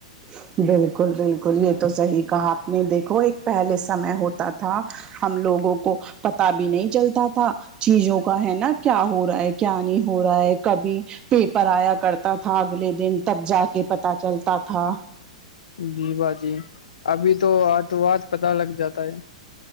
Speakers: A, on the right; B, on the left.
A: ج <unintelligible> بالکل بالکل یہ تو صحیح کہا آپ نے دیکھو ایک پہلے سمے ہوتا تھا ہم لوگوں کو پتا بھی نہیں چلتا تھا چیزوں کا ہے نا کیا ہو رہا ہے کیا نہیں ہو رہا ہے کبھی پیپر آیا کرتا تھا اگلے دن تب جا کے پتہ چلتا تھا
B: جی با جی ابھی تو آت وات پت لگ جاتا ہے